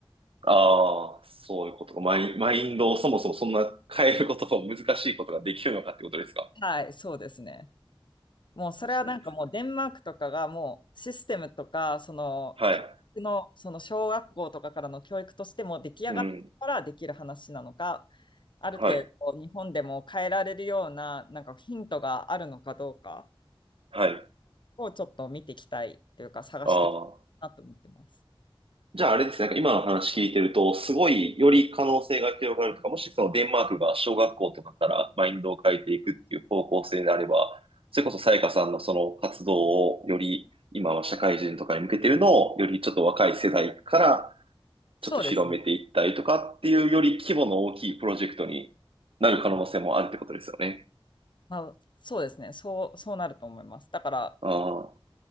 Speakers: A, on the right; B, on the left.
A: ああ、そういうことか。マイン、マインドをそもそもそんな変えることを難しいことができるのかってことですか
B: はい、そうですね。もうそれはなんかもうデンマークとかがもうシステムとか、
A: 確かにです。
B: その教育の、
A: はい。
B: その小学校とかからの教育としてもう出来上がってからできる話なのか、
A: うん。
B: ある程度日本でも変えられるようななんかヒントがあるのかどうか
A: はい。はい。
B: をちょっと見ていきたいというか探していきたいなと思ってます。
A: ああ。じゃああれですね、なんか今の話聞いてると、すごいより可能性が広がるとか、もしそのデンマークが小学校とかからマインドを変えていくっていう方向性であれば、それこそさやかさんのその活動をより今は社会人とかに向けてるのをよりちょっと若い世代から
B: そうですね。
A: ちょっと広めていったりとかっていうより規模の大きいプロジェクトになる可能性もあるってことですよね。
B: まあ、そうですね。そう、そうなると思います。だから
A: あ